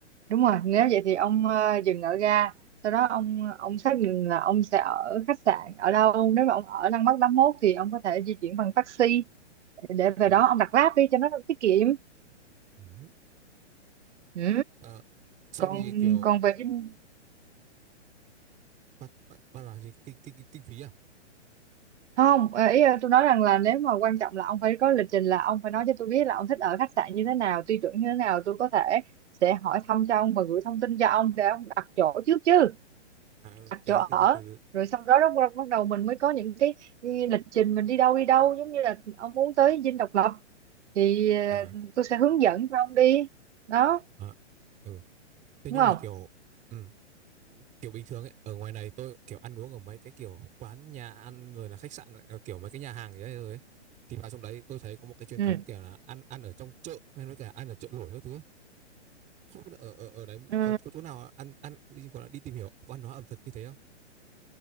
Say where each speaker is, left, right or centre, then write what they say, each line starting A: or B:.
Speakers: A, on the right; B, on the right.
A: đúng rồi nếu vậy thì ông ờ, dừng ở ga sau đó ông ông xác định là ông sẽ ở khách sạn ở đâu nếu mà ông ở Lăng Bắc tám mốt thì ông có thể di chuyển bằng taxi để về
B: Ừ.
A: đó ông đặt Grab đi cho nó tiết kiệm
B: Ừ.
A: ừ.
B: Ờ, xong
A: còn
B: thì kiểu
A: còn về Dinh
B: bắt bắt bắt là gì kinh kinh kinh phí à?
A: không ờ, ý ờ, tôi nói rằng là nếu mà quan trọng là ông phải có lịch trình là ông phải nói cho tôi biết là ông thích ở khách sạn như thế nào tiêu chuẩn như thế nào tôi có thể sẽ hỏi thăm cho ông và gửi thông tin cho ông để ông đặt chỗ trước chứ
B: À ừ,
A: đặt
B: cái
A: chỗ
B: đấy từ
A: ở
B: từ từ từ.
A: rồi sau đó, đó bắt đầu mình mới có những cái cái lịch trình mình đi đâu đi đâu giống như là ông muốn tới Dinh Độc Lập thì ờ,
B: à
A: tôi sẽ hướng dẫn cho ông đi đó
B: à ừ. Thế
A: đúng
B: nhưng
A: không
B: mà kiểu ừ, kiểu bình thường ấy, ở ngoài này tôi kiểu ăn uống ở mấy cái kiểu quán nhà ăn rồi là khách sạn ờ, kiểu mấy cái nhà hàng gì đấy rồi ấy. Thì vào trong đấy tôi thấy có một cái truyền
A: ừ.
B: thống kiểu là ăn ăn ở trong chợ hay nói cả ăn ở chợ nổi các thứ. Không biết là ở ở ở đấy
A: Ừ,
B: có có chỗ nào ăn ăn đi gọi là đi tìm hiểu văn hóa ẩm thực như thế không?